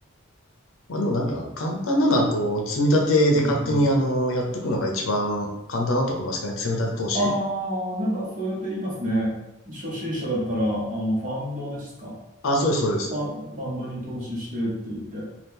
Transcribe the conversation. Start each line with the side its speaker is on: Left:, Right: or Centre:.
Left: まあでもなんか、簡単なのは、こう、積み立てで勝手に、
Right: うん、うん。
Left: あの、やっとくのが一番簡単だと思いますけどね、積み立て投資。
Right: ああ、なんかそうやって言いますね。初心者だったら、あの、ファンドですか。
Left: あ、そうです、そうです。
Right: ファ、ファンドに投資してって言って。